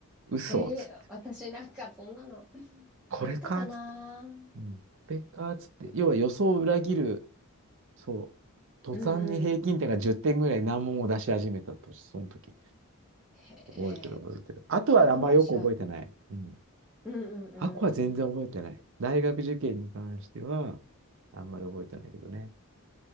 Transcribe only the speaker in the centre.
えー私なんかそんなの
あったかな。
うんうん。
へえ。
作文者。
うんうんうん。